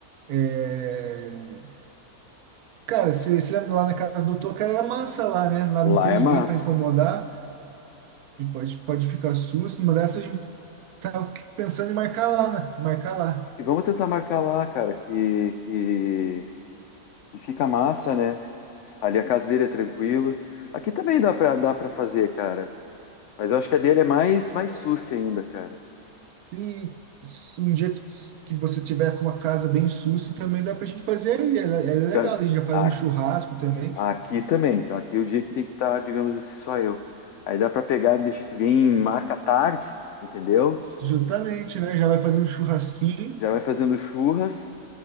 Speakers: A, on the right (about 80°); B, on the left (about 65°).
A: é, Cara, você se lembra lá na casa do Toca era massa lá, né? Lá
B: Lá
A: não tem
B: é
A: ninguém
B: massa.
A: para incomodar. E pode, pode ficar susto, uma dessas Tava pensando em marcar lá, né? Marcar lá.
B: Acho que vamos tentar marcar lá, cara, que, que, que fica massa, né? Ali a casa dele é tranquilo. Aqui também dá pra, dá pra fazer, cara. Mas eu acho que a dele é mais, mais sucia ainda, cara.
A: E s- um dia que que você tiver com uma casa bem sussa, também dá pra gente fazer aí. É, é legal,
B: Tá-
A: a gente já faz
B: a-
A: um churrasco também.
B: Aqui também. Então aqui é o dia que tem que estar, digamos assim, só eu. Aí dá pra pegar, deixa que vem, marca tarde, entendeu?
A: Justamente, né? Já vai fazer um churrasquinho
B: Já vai fazendo churras,